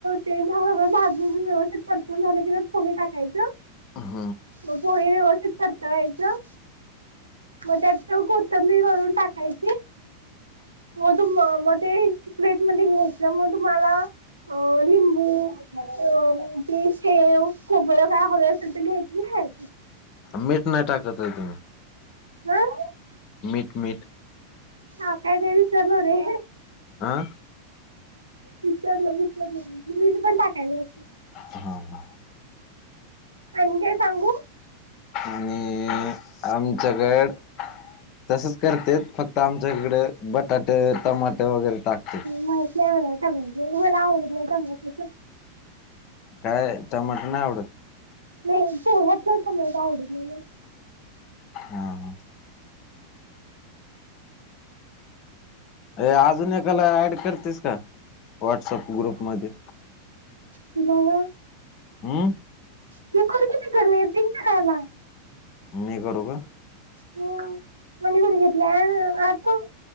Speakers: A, on the right; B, on the left.
A: ते सगळं भाजून व्यवस्थित परतवून झालं की पोहे टाकायचं
B: ह
A: म पोहे व्यवस्थित परतवायचं. मग त्यात त कोथंबीर वरून टाकायची. मग तु मग ते प्लेट मध्ये घ्यायच मग तुम्हांला अ लिंबू, अ ते शेव, खोबरं काय हवे असेल तर घ्यायचं खायचं
B: मीठ नाही टाकत होय तुम्ही
A: हम
B: मीठ मीठ
A: टाकायचं विसरलं रे
B: आं
A: विसरलं विसरलं ते मीठ पण टाकायला असतय.
B: हा
A: आणि काय सांगू
B: आणि आमच्याकड तसच करते फक्त आमच्या इकडे बटाट, टमाट, वगैरे टाकते
A: माहिताय मला टोमॅटो मला आवडत नाही टॉमेटो
B: काय टमाट नाही आवडत
A: नाही पोह्यात तर टॉमेटो आवडत नाही.
B: हा ह अ अजून एकाला ऍड करतेस का व्हॉटसअप ग्रुप मध्ये
A: कुणाला
B: हुं
A: तू कर कि तिकडन येतय काय बाय
B: मी करू का
A: हो आणि कोण घेतला आता